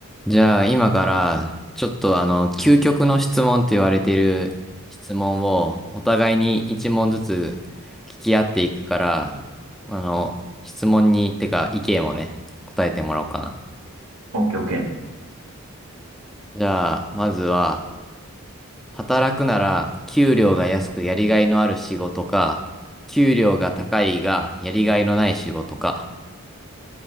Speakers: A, in the centre; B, on the right.
A: じゃあ今からちょっとあの究極の質問って言われている質問をお互いに一問ずつ聞き合っていくからあの質問にてか意見をね答えてもらおうかな。
B: オッケーオッケー。
A: じゃあまずは働くなら給料が安くやりがいのある仕事か給料が高いがやりがいのない仕事か。